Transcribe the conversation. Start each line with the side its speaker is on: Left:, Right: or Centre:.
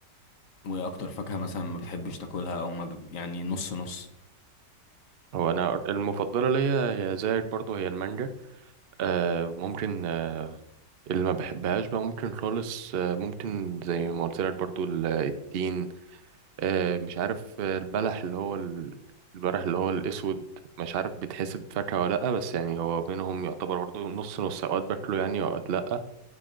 Left: وإيه أكتر فاكهة مثلا ما بتحبش تاكلها أو ما ب... يعني نص نص
Right: هو انا المفضلة ليا يا زايد برضو هي المانجا آه ممكن آه اللي ما بحبهاش بقى ممكن خالص آه ممكن زي ما قلت لك برضو ال- التين آه مش عارف آه، البلح اللي هو ال- البلح اللي هو الاسود مش عارف بيتحسب فاكهة ولا لأ بس يعني هو بينهم يعتبر برضو نص نص اوقات باكله يعني اوقات لأ